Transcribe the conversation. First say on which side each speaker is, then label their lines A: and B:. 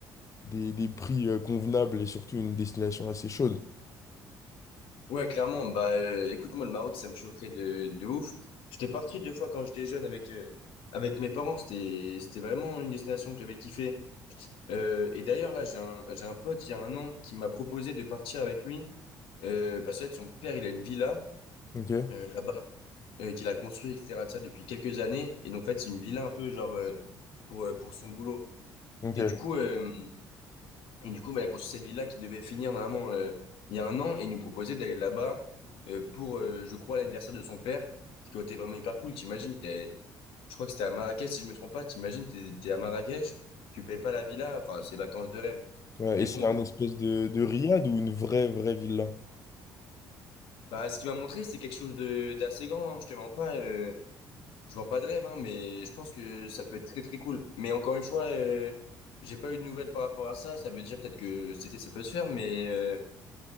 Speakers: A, on the left; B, on the left.
A: des, des prix euh, convenables et surtout une destination assez chaude.
B: Ouais, clairement. Bah, euh, écoute, moi, le Maroc, ça me choquerait de, de ouf. J'étais parti deux fois quand j'étais jeune avec, euh, avec mes parents. C'était, c'était vraiment une destination que j'avais kiffé. Euh, et d'ailleurs, là, j'ai un, j'ai un pote, il y a un an, qui m'a proposé de partir avec lui. Euh, parce que, en fait, son père, il a une villa,
A: Ok?
B: euh, là-bas, euh, qu'il a construit, etc., de ça, depuis quelques années. Et donc, en fait, c'est une villa un peu, genre, euh, pour, euh, pour son boulot.
A: Ok.
B: Et du coup, euh, Et du coup, bah, il a construit cette ville-là qui devait finir normalement euh, il y a un an et il nous proposait d'aller là-bas euh, pour, euh, je crois, l'anniversaire de son père, ce qui aurait été vraiment hyper cool. T'imagines, t'es, je crois que c'était à Marrakech, si je me trompe pas. T'imagines, t'es, t'es à Marrakech, tu payes pas la villa, enfin, c'est vacances de rêve.
A: Ouais,
B: Mais
A: et c'est
B: bon,
A: un
B: pour...
A: espèce de, de riad ou une vraie, vraie villa?
B: bah, ce qu'il m'a montré, c'est quelque chose de d'assez grand. Hein, je te mens pas, euh, je vends pas de rêve, hein, mais je pense que ça peut être très très cool. Mais encore une fois, euh, j'ai pas eu de nouvelles par rapport à ça. Ça veut dire peut-être que c'était ça peut se faire, mais euh,